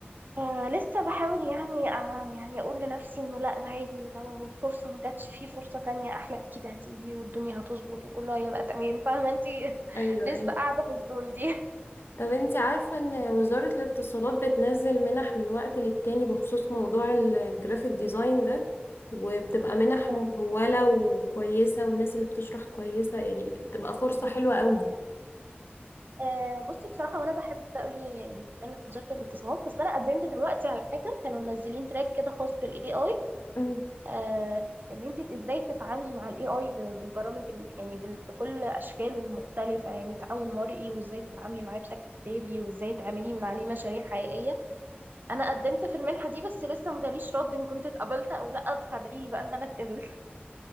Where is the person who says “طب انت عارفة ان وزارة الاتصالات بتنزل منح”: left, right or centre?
Left